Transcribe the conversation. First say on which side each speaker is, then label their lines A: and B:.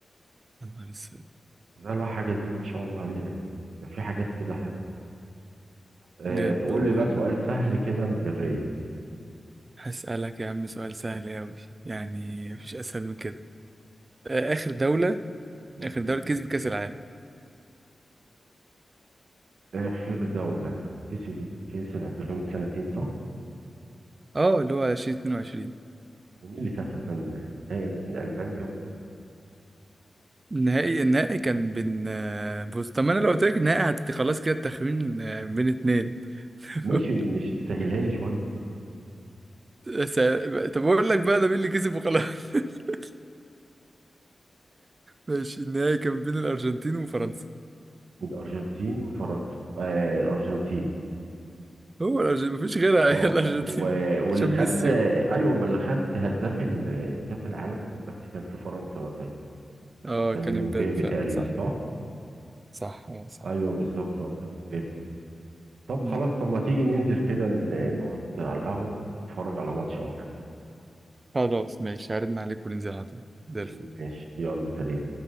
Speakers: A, on the right; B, on the right.
A: يا نهار اسود
B: لا لا حاجة دي ما شاء الله عليها يعني ده في حاجات كده حلوة أه
A: جامد
B: تقول
A: والله
B: لي بقى سؤال سهل كده من الرايق
A: هسألك يا عم سؤال سهل قوي يعني مفيش أسهل من كده آه، آخر دولة
B: مم.
A: آخر دولة كسب كأس العالم
B: آخر دولة كسبت كأس العالم ده كان من سنتين صح؟
A: اه اللي هو 2022
B: ومين اللي كسب كان النهائي مين ألمانيا ومين؟
A: النهائي النهائي كان بين آه، بص طب ما انا لو قلت لك النهائي هت- خلاص كده التخمين آه، بين اتنين <laughs>
B: ماشي مش تسهلها لي شوية
A: س... طب اقول لك بقى ده مين اللي كسب وخلاص <laughs> ماشي النهائي كان بين الارجنتين وفرنسا
B: من الأرجنتين وفرنسا آه الأرجنتين
A: هو الارجنتين مفيش غيرها
B: اه
A: هي الارجنتين
B: و...
A: <laughs>
B: واللي
A: عشان
B: خد
A: ميسي
B: أيوه ما اللي خد هداف ال- كأس العالم بس كان في فرنسا بقى ساعتها
A: اه
B: كان
A: كان
B: امبابي
A: امبابي فعلا
B: تقريبا
A: صح
B: صح؟
A: صح اه صح
B: أيوه بالظبط اه كان امبابي طب
A: مم.
B: خلاص طب ما تيجي ننزل
A: آه.
B: كده ن- نقعد على القهوة ونتفرج على ماتش أو حاجة
A: خلاص ماشي هرن عليك وننزل على طول زي الفل
B: ماشي يلا سلام